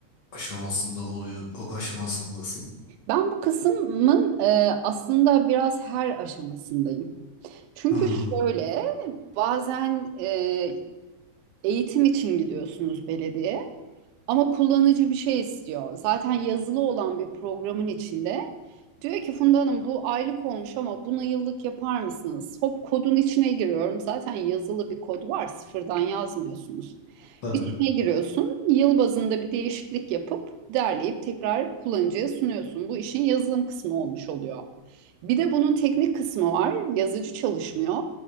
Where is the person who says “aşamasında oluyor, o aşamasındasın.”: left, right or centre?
Left